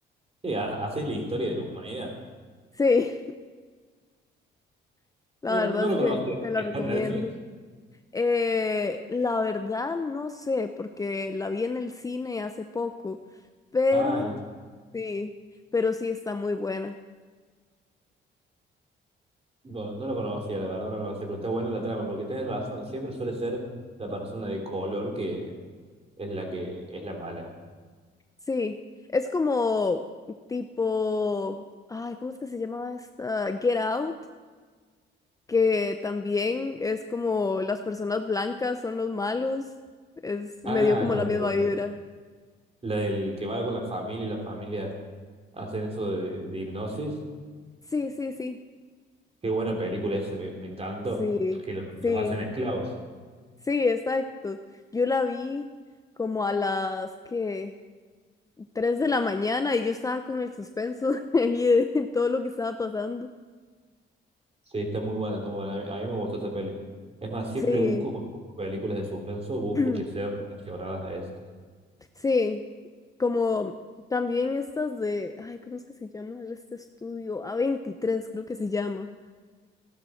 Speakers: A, on the right; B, on the left.
A: Sí, ha- así la historia de la humanidad.
B: Sí, <laughs> la
A: No,
B: verdad
A: no
B: es
A: lo
B: que
A: conocía.
B: te la
A: ¿Está
B: recomiendo.
A: en Netflix?
B: Eh, la verdad no sé, porque la vi en el cine hace poco, pero
A: Ah, en-
B: sí, pero sí está muy buena.
A: no, no lo conocía, la verdad, no lo conocía, pero está buena la trama, porque tienes razón, siempre suele ser la persona de color que es la que es la mala.
B: Sí, es como tipo, ay, ¿cómo es que se llama esta? Get Out, que también es como las personas blancas son los malos, es me
A: Ah,
B: dio como
A: la
B: la
A: de
B: misma vibra.
A: la del que va con la familia y la familia hacen eso de, de hipnosis.
B: Sí, sí, sí,
A: Qué buena película eso, me, me encantó.
B: sí,
A: Que lo-
B: sí,
A: los hacen esclavos.
B: sí, exacto. Yo la vi como a las que... 3 de la mañana y yo estaba con el suspenso <laughs> ahí de todo lo que estaba pasando.
A: Sí, está muy buena, está muy buena. A mí, a mí me gustó esa peli. Es más, siempre
B: Sí,
A: busco, cuando busco películas de suspenso, busco
B: <clears throat>
A: que sean relacionadas a eso.
B: sí, como también estas de, ay, ¿cómo es que se llama este estudio? a veintitrés creo que se llama,